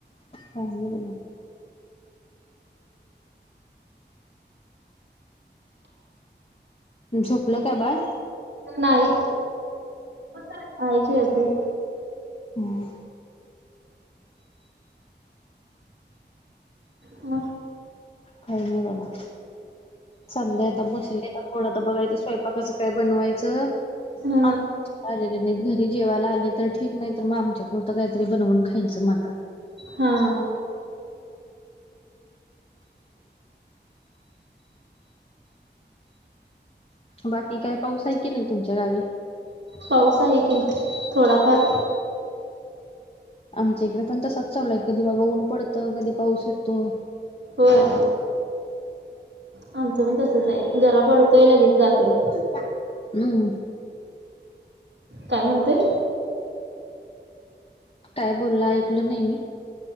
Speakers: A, on the left; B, on the right.
A: कांजणे बनव. झोपलं काय बाळ?
B: नाही, <unintelligible> खेळतय.
A: हम्म.
B: म.
A: काय नाही बघा. चालय आता बसले आता थोडं तर बघायचं स्वयंपाकाचं काय बनवायचं?
B: हा
A: आ, आलेले नाहीत घरी जेवायला आले तर ठीक नाही तर मग आमच्या पुरतं काहीतरी बनवून खा खायच म आता.
B: हा.
A: बाकी काय पाऊस आहे की नाही तुमच्या गावी?
B: पाऊस आहे की थोडाफार.
A: आमच्या इकडे पण तसच चालूय कधी बाबा ऊन पडतं कधी पाऊस येतो.
B: होय. आमचं पण तसच आहे जरा पडतोय लगेच जातोय.
A: <unintelligible> हम.
B: काय म्हणतोय?
A: काय बोलला ऐकलं नाही मी.